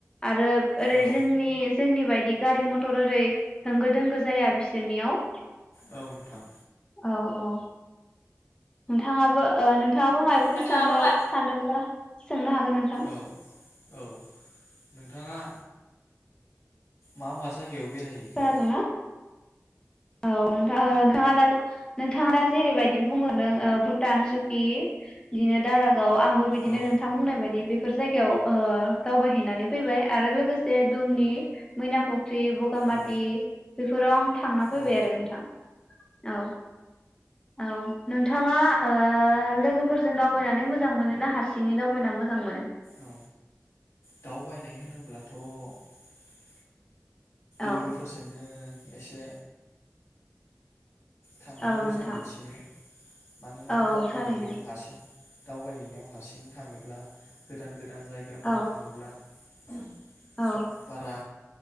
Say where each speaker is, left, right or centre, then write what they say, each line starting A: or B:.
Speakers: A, on the left (about 15°); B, on the left (about 65°).
A: आरो ओरै
B: औ
A: जोंनि जोंनि बायदि गारि मथर ओरै होंगो दोंगो जाया बिसोरनियाव,
B: औ नोंथां
A: औ औ नोंथाङाबो ओ नोंथाङाबो मायबाफोर
B: नोंथाङाबो
A: सोंनो
B: मा
A: सानदोंब्ला? सोंनो हागोन नोंथां,
B: औ औ नोंथाङा मा मा जाय बेयाव बेेरायहैखो,
A: खोनादोंना औ नोंथां ओ <unintelligible> नोंथां नोंथांआ दा जेरैबायदि बुंलांदों ओ भुटान सुकि बिदिनो दाराग औ आंबो बिदिनो
B: औ
A: नोंथां बुंनाय बायदि बि बेफोर जायगायाव ओ दावबायहैनानै फैबाय आरो लोगोसे दुमनि मैनाखौ फ्रि बगामाति
B: औ
A: बिफोराव आं थांना फैबाय
B: औ
A: आरो नोंथां औ औ नोंथाङा ओ लोगो फोरजों दावबायनानै मोजां मोनोना हारसिङै दावबायना मोजां मोनो
B: औ दावबायनाय होनोब्लाथ <unintelligible>
A: औ
B: लोगोफोरजोंनो एसे थांनानै
A: औ
B: मोजां
A: नोंथां
B: मोनसिनो। मानोना
A: औ
B: दावबायहैनायाव
A: थारैनो
B: हारसिं दावबायहैनायाव हारसिं थाङोब्ला गोदान गोदान जायगाफोराव
A: औ
B: थाङोब्ला <inaudible> <inaudible>
A: औ
B: बारा